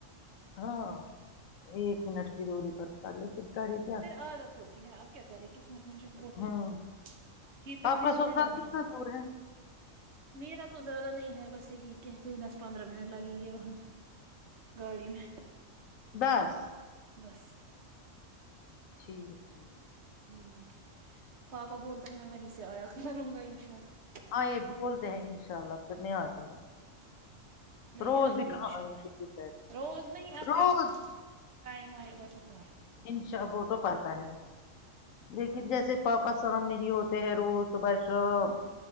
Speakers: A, on the left (about 80°); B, on the right (about 60°).
A: ہاں <unintelligible> ایک منٹ کی دوری پرڑتا لیکن کرے کیا
B: پھر عادت ہوتی ہے اب کیا کریں قسمت میں جب ہوتا
A: ہوں
B: ہے تو یہ پہلے
A: آپ کا
B: پہلے
A: سسرال
B: لگے
A: کتنا
B: گا
A: دور ہے
B: میرا تو زیادہ نہیں بس یہی کہتے ہیں دس پندرہ منٹ لگیں گے وہاں تک گاڑی میں
A: بس <inaudible>
B: گس
A: ٹھیک ہے ٹھیک
B: ہوں پاپا بولتا ہے میں وہیں سے آیا کلوں گا انشاءلہ
A: آے بولتے ہیں انشاء اللہ کرنے آتے ہیں
B: نہیں
A: روز
B: آئیں
A: بھی
B: گے
A: کہاں
B: انشاء
A: آئیں
B: اللہ
A: گے بھیتر
B: روز نہیں اب
A: روز
B: جب ٹائم آئے گا تو تب
A: انشا وہ تو پاتا ہے لیکن جیسے پاپا سامنے ہی ہوتے ہیں روز صبح شام